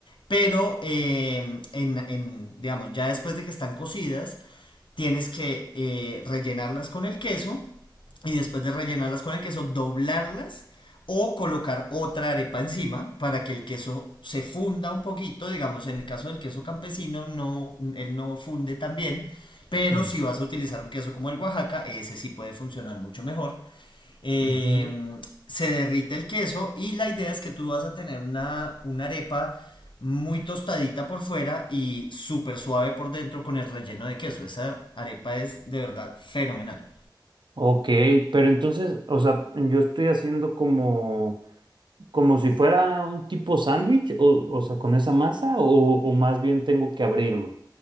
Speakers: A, on the left (about 80°); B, on the right (about 70°).
A: pero, eh, en, en, digamos, ya después de que están cocidas, tienes que eh, rellenarlas con el queso y después de rellenarlas con el queso, doblarlas o colocar otra arepa encima para que el queso se funda un poquito. Digamos, en el caso del queso campesino, no, él no funde tan bien, pero
B: Mm,
A: si vas a utilizar un queso como el Oaxaca, ese sí puede funcionar mucho mejor eh,
B: ujú.
A: se derrite el queso y la idea es que tú vas a tener una, una arepa muy tostadita por fuera y súper suave por dentro con el relleno de queso. Esa arepa es de verdad fenomenal.
B: Ok, pero entonces, o sea, yo estoy haciendo como, como si fuera un tipo sándwich, o, o sea, con esa masa, o, o más bien tengo que abrirlo.